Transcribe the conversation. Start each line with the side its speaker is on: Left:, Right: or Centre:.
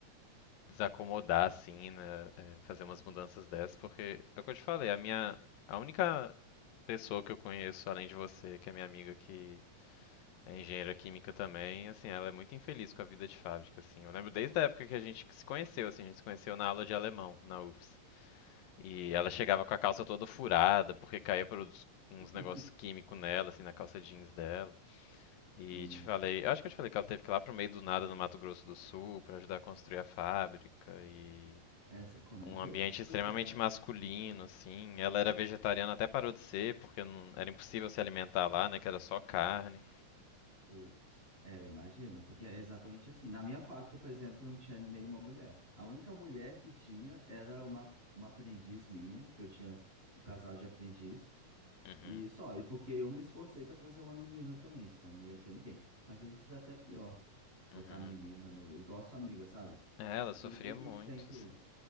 Left: desacomodar assim, né? é, fazer umas mudanças dessas, porque é o que eu te falei, a minha. A única pessoa que eu conheço, além de você, que é minha amiga que é engenheira química também, assim, ela é muito infeliz com a vida de fábrica, assim. Eu lembro desde a época que a gente se conheceu, assim, a gente se conheceu na aula de alemão, na UFS. E ela chegava com a calça toda furada, porque caía produtos, uns
Right: <laughs>
Left: negócios químicos nela, assim, na calça jeans dela. E
Right: e
Left: te falei, eu acho que eu te falei que ela teve que ir lá pro meio do nada no Mato Grosso do Sul pra ajudar a construir a fábrica e
Right: é, você comentou.
Left: um ambiente
Right: Pois
Left: extremamente
Right: é.
Left: masculino, assim. Ela era vegetariana, até parou de ser, porque não- era impossível se alimentar lá, né? Que era só carne.
Right: Putz, é, eu imagino, porque é exatamente assim. Na minha fábrica, por exemplo, não tinha nenhuma mulher. A única mulher que tinha era uma, uma aprendiz minha, que eu tinha um casal de aprendiz,
Left: Uhum,
Right: e só. E porque eu me esforcei para trazer uma menina também, senão não ia ter ninguém. Mas às vezes é até pior botar
Left: uhum.
Right: menina no, igual sua amiga, sabe?
Left: É, ela
Right: Tipo,
Left: sofria
Right: tudo bem que
Left: muito,
Right: a gente tem que.
Left: assim.